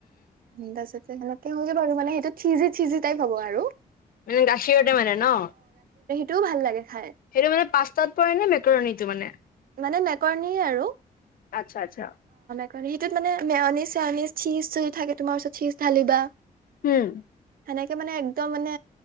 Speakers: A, on the right; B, on the left.
A: উম তা পাছতে <unintelligible> এটোত থিজি চিজি টাইপ হ'ব আৰু।
B: উম গাখীৰতে মানে ন।
A: তো ভাল লাগে। খাই
B: সেইটো মানে পাষ্টতাত পৰে নে মেকৰণীটো মানে।
A: মানে মেকৰণীয়ে আৰু।
B: আচ্ছা আচ্ছা।
A: কাৰী টোত মানে মেওনিজ চেওনিজ চিজ যদি থাকে তোমাৰ ওচৰত চিজ ঢালিবা।
B: উম।
A: মানে একে মানে একদম মানে,